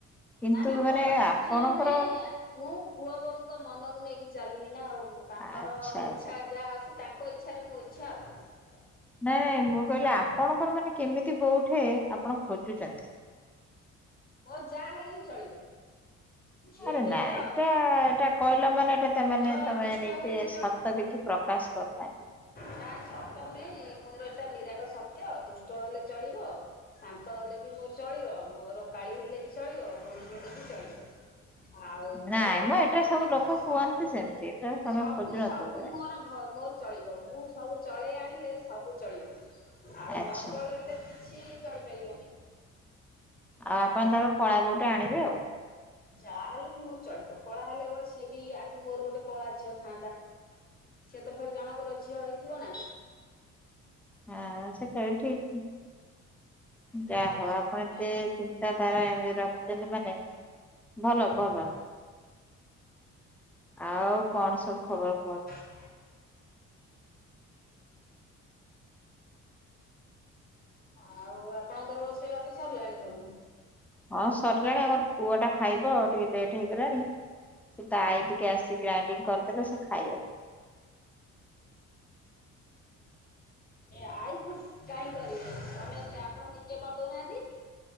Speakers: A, in the centre; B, on the left.
A: କିନ୍ତୁ
B: ନା ନା
A: ମାନେ
B: ଖରାପ
A: ଆପଣଙ୍କ
B: ଝିଅ ମୁଁ ପୁଅ ବୋଉ ଙ୍କ ମନକୁ ନେଇକି ଚାଲିବି ନା ଆଉ। ପା ତାଙ୍କର
A: ଆଚ୍ଛା ଆଚ୍ଛା
B: ଇଚ୍ଛା ଯାହା ଅଛି ତାଙ୍କ ଇଚ୍ଛାରେ ମୁଁ ଇଚ୍ଛା ଆଉ।
A: ନାଇଁ ନାଇଁ ମୁଁ କହିଲି ଆପଣଙ୍କର ମାନେ କେମିତି କୋଉଠେ ଆପଣ ଖୋଜୁଛନ୍ତି।
B: ମୋର ଯାହା ହେଲେ ବି ଚଳିବ। ଝିଅଟେ
A: ଆରେ ନାଇ
B: ତ
A: ଏଇଟା
B: ଆଉ
A: ଏଇଟା କହିଲ ମାନେ ତା
B: ମୋର
A: ମାନେ ତମେ
B: ଦୁଷ୍ଟ
A: ନିଜେ
B: ହେଲେ
A: ସତ କିଛି ପ୍ରକାଶ କରୁନାହାନ୍ତି।
B: ନା ସତ ନୁହେଁ ମୋର ଏଟା ନିରାଟ ସତ୍ୟ ଦୁଷ୍ଟ ହେଲେ ଚଳିବ। ଶାନ୍ତ ହେଲେ ବି ମୋର ଚଳିବ। ମୋର କାଳି ହେଲେ ବି ଚଳିବ ବୋଢ ହେଲେ ବି ଚଳିବ। ଆଉ ମୋର
A: ନାଇଁ ମ ଏଟା ସବୁ ଲୋକ କୁହନ୍ତି
B: ସବୁ
A: ସେମିତି ଏଟା ତମେ
B: ସବୁ
A: ଖୋଜୁନଥିବ
B: ସବୁ
A: କେବେ।
B: ମୋର ମୋର। ଚଳିବ ମୁଁ ସବୁ ଚଳେଇ ଆଣିଲେ ସବୁ ଚଳିବ ଆଉ
A: ଆଚ୍ଛା
B: ନ ଚଳେଇଲେ କିଛି ଚଳି ପାରିବନି।
A: ଆଉ ଆପଣ ତାଙ୍କ କଳା ବୋଉଟେ ଆଣିବେ ଆଉ।
B: ଯାହା ହେଲେ ବି ମୋର ଚଳିବ। କଳା ହେଲେଳ ସିଏ ବି ଆଜି ମୋର ଗୋଟେ କଳା ଝିଅ ଟେ ଥାଆନ୍ତା। ସିଏ ତ ଫେରେ ଜଣଙ୍କର ଝିଅ ହେଇଥିବ ନା।
A: ହଁ ସେଟା ବି ଠିକ୍ ଯାହା
B: ଆଉ
A: ହୋଉ
B: ସେଥିପାଇଁ
A: ଆପଣ ଏତେ ତାରା ଏମିତି ରଖିଛନ୍ତି ମାନେ। ଭଲ ଭଲ ଆଉ କଣ ସବୁ ଖବର କହୁ?
B: ଘ ଆଉ ଆପଣଙ୍କର ରୋସେଇବାସ ସରିଲାଣି ସବୁ?
A: ହଁ ସରିଲାଣି ଆମର ପୁଅ ଟା ଖାଇବ ଆଉ ଟିକେ ଲେଟ୍ ହେଇଗଲାଣି ସେ ତାଈ ଟିକେ ଆସି ଗ୍ରାଇଣ୍ଡିଙ୍ଗ କରିଦେଲେ ସେ ଖାଇବ।
B: ଏ ଆଇ କାଇଁ କରିବେ ନିଯେ ଆମେ ଆପଣ ନିଜେ କରିଦୋଉନାହାନ୍ତି।